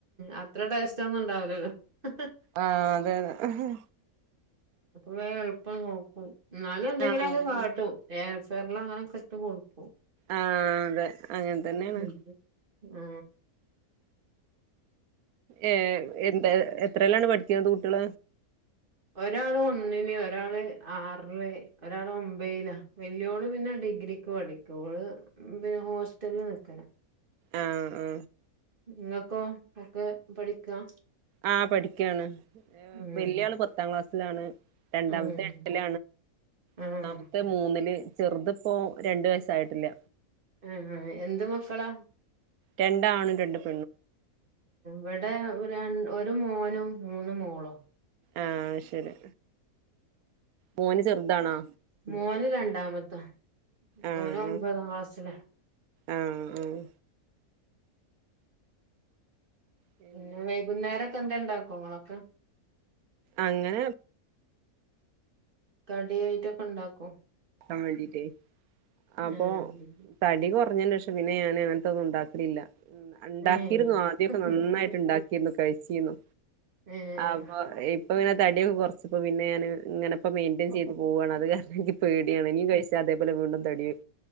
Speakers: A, on the right; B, on the right.
A: അത്രേ ടെസ്റ്റ്‌ ഒന്നും ണ്ടാവൂലല്ലോ ഹ് ഹ്
B: ആ അതെ അതെ അഹ്
A: വെ എൾപ്പം നോക്കും എന്നാലും എന്തെങ്കിലൊക്കെ
B: ആഹ് അതെ
A: കാട്ടും ഏ വെള്ള അങ്ങനക്കെ ഇട്ട് കൊടുക്കും
B: ആ ആ അതെ അങ്ങനെ
A: <unintelligible>
B: തന്നെയാണ്
A: ആ
B: ഏ എന്താ എത്ത എത്രേലാണ് പഠിക്കുന്ന കുട്ടികൾ
A: ഒരാൾ ഒന്നിൽ ഒരാൾ ആറിൽ ഒരാൾ ഒബൈല വെല്ലിയോൾ പിന്ന ഡിഗ്രിക്ക് പഠിക്കാ ഓൾ ഹോസ്റ്റൽ നിക്കണ
B: ആ ആ
A: ങ്ങക്കൊ മക്കെ പടി ആ
B: ആ പഠിക്കാൻ
A: ഉം
B: വെല്യ ആൾ പത്താം ക്ലാസ്സിൽ ആണ് രണ്ടാമത്തെ
A: ഉം
B: എട്ടിൽ
A: ആഹ്
B: മൂന്നാമത്തെ മൂനിൽ ചെറുത് പ്പോ രണ്ട് വയസ്സ് ആയിട്ടില്ല
A: ആ ആ എന്ത് മക്കളാ
B: രണ്ട് ആണും രണ്ട് പെണ്ണും
A: വിടെ ഒരാൺ ഒരു മോനും മൂന് മോളും
B: ആ അശ്ശരി മോൻ ചെറുതാണോ
A: മോൻ രണ്ടാമത്തെ
B: ആഹ്
A: മോൻ ഒബതാം ക്ലാസ്സില
B: ആഹ് ആഹ് പിന്നെ
A: ഏ വൈകുന്നേരം എന്തേലും ഉണ്ടാക്കുമോ
B: അങ്ങനെ
A: കടിയായിട്ടോക്കെ ഒണ്ടാകും
B: ക്കാൻ വേണ്ടീട്ടേ അപ്പൊ
A: ഏഹ്
B: തടി കുറഞ്ഞേഷം പിന്നെ ഞന് അങ്ങനത്തൊന്നും ഉണ്ടാകലില്ല മ് അണ്ടാക്കിയിരുന്നു
A: ഏഹ്
B: ആദ്യക്കെ നന്നായിട്ട് ഉണ്ടാക്കിരുന്നു കഴിച്ചിന്നു
A: ഏഹ്
B: അപ്പൊ ഇപ്പൊ തടിയൊക്കെ കൊറച്ചപ്പൊ പിന്നെ ഞാന് ഇങ്ങനെപ്പം മെയിൻ്റെൻ ചെയ്ത് പോവാ ണ് അത് കാരണം പേടിയാണ് ഇനീം കഴിച്ചാ വീണ്ടും തടിയും